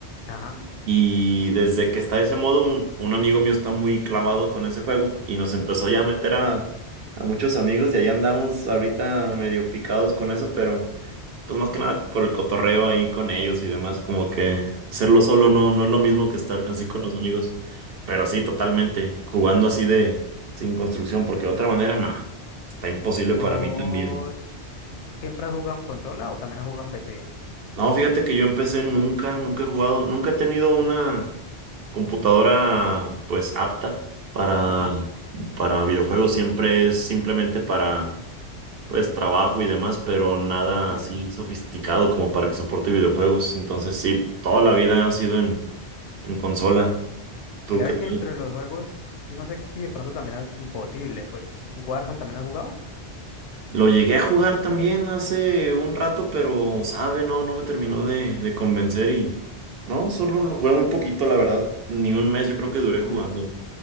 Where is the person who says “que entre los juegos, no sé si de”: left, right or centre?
Left